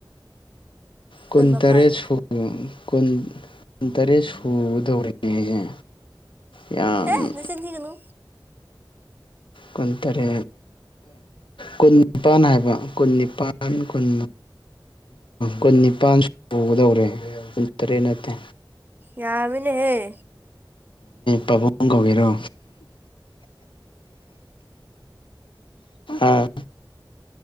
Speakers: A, on the left; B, on the right.
A: ꯀꯨꯟ
B: ꯀꯨꯟꯃꯥꯄꯜ
A: ꯇꯔꯦ ꯀꯨꯟ ꯀꯨꯟ ꯇꯔꯦꯠ ꯁꯨꯗꯧꯔꯤꯅꯦ ꯑꯩꯁꯦ ꯌꯥꯝ
B: ꯍꯦ ꯅꯆꯤꯟꯗꯤꯒꯅꯨ
A: ꯀꯟꯇꯥꯔꯦ ꯀꯨꯟ ꯅꯤꯄꯥꯟ ꯍꯥꯏꯕ ꯀꯨꯟ ꯅꯤꯄꯥꯟ ꯀꯨꯟ ꯀꯨꯟ ꯅꯤꯄꯥꯥꯟ ꯇꯧꯒꯗꯧꯔꯦ ꯀꯨꯟ ꯇꯔꯦꯠ ꯅꯠꯇꯦ
B: ꯌꯥꯃꯤꯅꯦꯍꯦ
A: ꯄꯕꯨꯡ ꯀꯒꯦꯔꯣ ꯑꯝ